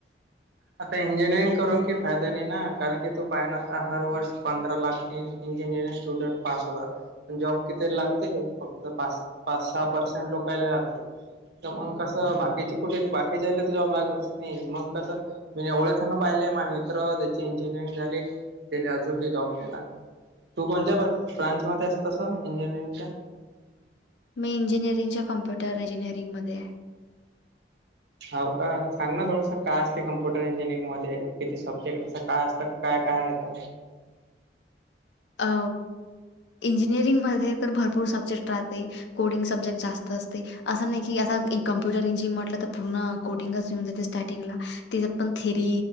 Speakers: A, on the right (about 70°); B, on the left (about 80°).
A: आता इंजिनिअरिंग करून की फायदा नाही ना कारण की तू पायणा आता हर वर्ष पंधरा लाख इंजिनिअरिंग स्टुडंट पास होतात. प जॉब किती लागते. फक्त पाच पाच सहा पर्सेंट लोकांना लागते. तर मग कसं बाकीचे कुठे बाकीच्याला तर जॉब लागतच नाही मग कसं. मी एवढ जण पाहिले माझ मित्र त्याची इंजिनिअरिंग झाली त्याला अजूनकही जॉब नाही लागला. तू कोणत ब ब्रांचमध्ये अस्तस इंजिनिअरिंगच्या
B: मी इंजिनअरिंगच्या कॉम्पुटर इंजिनिअरिंगमध्ये आहे.
A: हो का सांग ना थोडंसं का असते कम्प्युटर इंजिनिअरिंग मध्ये किती सब्जेक्ट असं काय असतं. काय काय आहेत.
B: अ इंजिनिअरिंग मध्ये तर भरपूर सब्जेक्ट राहते. कोडिंग सब्जेक्ट जास्त असते, असं नाही की आता कम्प्युटर इंजिनियरटलं तर पूर्ण कोडिंगच येऊन जाते स्टार्टिंगला. त्याच्यात पण थेरी